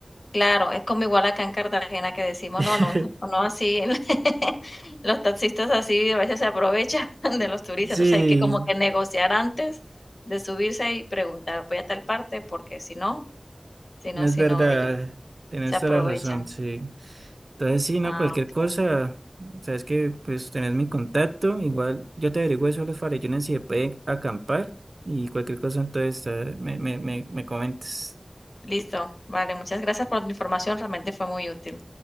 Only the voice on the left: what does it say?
claro, es como igual acá en Cartagena que decimos: "No,
no, no así". <laughs> Los taxistas así a veces se aprovechan <laughs> de los turistas,
entonces hay que como que negociar antes de subirse y preguntar: "Voy a tal parte", porque si no si
no si
no, ellos
se aprovechan.
Ah,
okey.
Listo. Vale, muchas gracias por tu información, realmente fue muy útil.